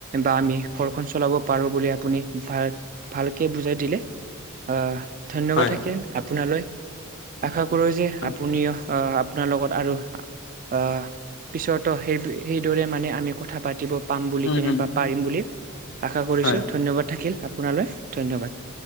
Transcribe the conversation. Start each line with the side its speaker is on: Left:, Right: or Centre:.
Right: বা আমি ঘৰখনন চলাব পাৰো বুলি। আপুনি ভাল ভালকে বুজাই দিলে আহ ধন্যবাদ
Left: হয়
Right: থাকিল আপোনালৈ। আশা কৰোঁ যে
Left: হয়
Right: আপুনিও আহ আপোনাৰ লগত আৰু আহ। পিছতো সেই সেইদৰে মানে আমি কথা পাতিব পাম বুলি
Left: হয়
Right: কেনেবা
Left: হয়
Right: পাৰিম বুলি। আশা কৰিছো
Left: হয়
Right: ধন্যবাদ থাকিল আপোনালৈ ধন্যবাদ।